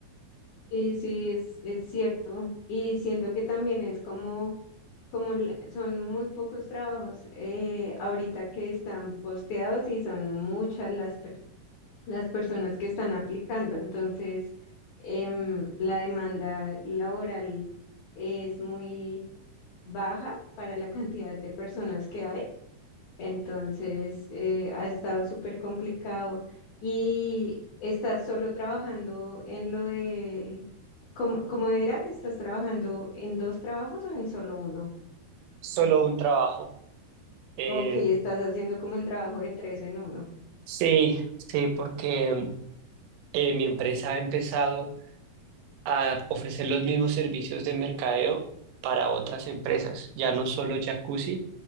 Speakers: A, on the left; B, on the right.
A: Y sí, es, es cierto. Y siento que también es como como l- son muy pocos trabajos eh, ahorita que están posteados y son muchas las, per- las personas que están aplicando, entonces em, la demanda laboral es muy baja para la cantidad de personas que hay, entonces eh, ha estado súper complicado y estás solo trabajando en lo de, ¿cómo, cómo era que estás trabajando en dos trabajos o en solo uno?
B: Solo un trabajo. Eh,
A: Ok, estás haciendo como el trabajo de tres en uno.
B: sí, sí, porque eh, mi empresa ha empezado a ofrecer los mismos servicios de mercadeo para otras empresas, ya no solo jacuzzi,